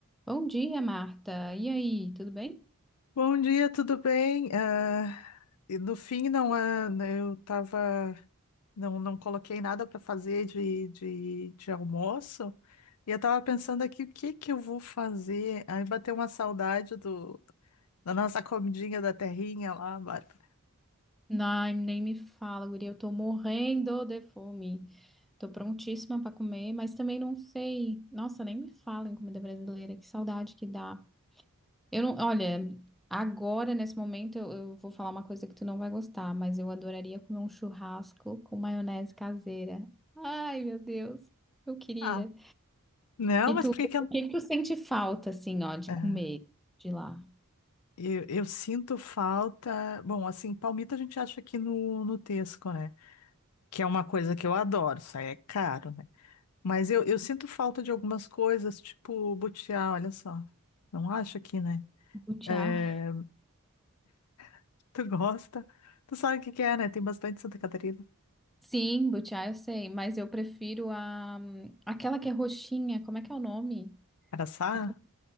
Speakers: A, in the centre; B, on the left (about 85°).
A: Bom dia, Marta. E aí, tudo bem?
B: Bom dia, tudo bem? Ah, e no fim, não, ah, eu tava, não, não coloquei nada para fazer de, de, de almoço e eu tava pensando aqui o que que eu vou fazer. Aí bateu uma saudade do, da nossa comidinha da terrinha lá, Bárbara.
A: Não, nem me fala, guria. Eu tô morrendo de fome. Tô prontíssima pra comer, mas também não sei. Nossa, nem me fala em comida brasileira. Que saudade que dá. Eu não, olha, agora, nesse momento, eu, eu vou falar uma coisa que tu não vai gostar, mas eu adoraria comer um churrasco com maionese caseira. Ai, meu Deus, eu queria.
B: Ah, não,
A: E
B: mas
A: tu,
B: por que que eu,
A: o que que tu sente falta, assim, ó, de
B: Ah,
A: comer de lá?
B: eu, eu sinto falta? Bom, assim, palmito a gente acha aqui no, no Tesco, né? Que é uma coisa que eu adoro, isso aí é caro, né? Mas eu, eu sinto falta de algumas coisas, tipo butiá, olha só. Não acho aqui, né?
A: Lutear.
B: É, <laughs> tu gosta? Tu sabe o que que é, né? Tem bastante em Santa Catarina.
A: Sim, butiá eu sei, mas eu prefiro a aquela que é roxinha, como é que é o nome?
B: Araçá,
A: Aquela-